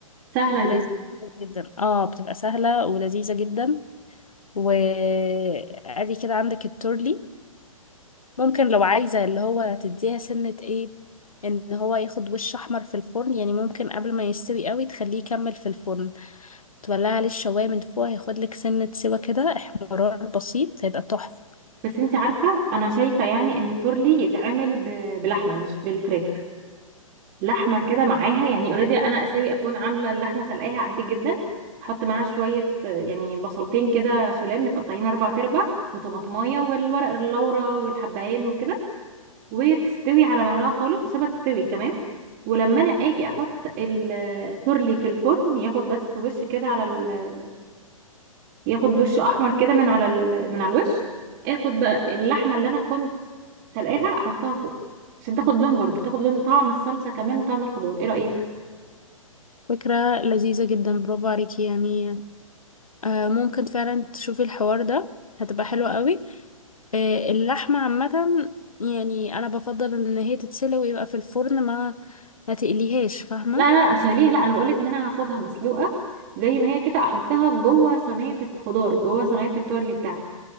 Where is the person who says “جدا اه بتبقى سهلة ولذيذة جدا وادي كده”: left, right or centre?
Left